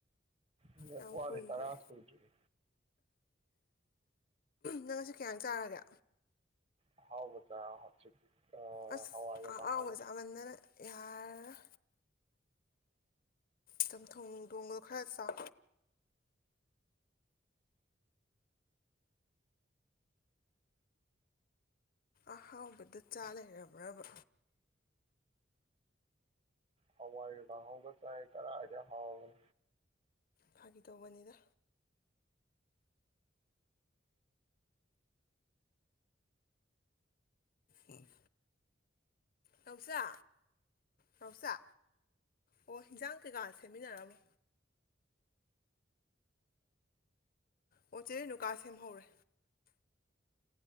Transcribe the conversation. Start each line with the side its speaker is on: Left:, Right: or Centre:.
Right: ꯃꯤꯅ
Left: ꯌꯥꯝ
Right: <unintelligible>
Left: ꯀꯨꯏꯈ꯭ꯔꯦ
Right: ꯇꯔꯥ ꯁꯨꯗ꯭ꯌꯦꯔꯤ
Left: ꯅꯪ ꯉꯁꯤ ꯀꯩ ꯏꯟꯖꯥꯡ ꯆꯥꯔꯒꯦ
Right: ꯑꯍꯥꯎꯕ ꯆꯥ ꯍꯧꯖꯤꯛ ꯑ
Left: ꯑꯁ
Right: ꯍꯋꯥꯏꯒ
Left: ꯑꯍꯥꯎꯕ
Right: ꯀꯥꯡꯍꯧꯒ
Left: ꯆꯥꯃꯟꯗꯅ ꯌꯥꯔꯔꯣꯏ ꯆꯝꯊꯣꯡ ꯊꯣꯡꯕꯗꯣ ꯈꯔ ꯆꯥꯎ ꯑꯍꯥꯎꯕꯗ ꯆꯥ ꯂꯩꯔꯕ꯭ꯔꯕ
Right: ꯍꯋꯥꯏꯒ ꯒ ꯀꯥꯍꯥꯎꯒ ꯆꯥꯏ ꯀꯔꯥꯏꯗ ꯍꯥꯎ
Left: ꯐꯥꯒꯤ ꯇꯧꯕꯅꯤꯗ ꯑꯝ ꯅꯥꯎꯆꯥ ꯅꯥꯎꯆꯥ ꯑꯣ ꯍꯤꯟꯖꯥꯡ ꯀꯩꯀꯥ ꯁꯦꯝꯃꯤꯟꯅꯔꯝꯃꯣ ꯑꯣ ꯆꯦ ꯔꯦꯅꯨꯀꯥ ꯁꯦꯝꯍꯧꯔꯦ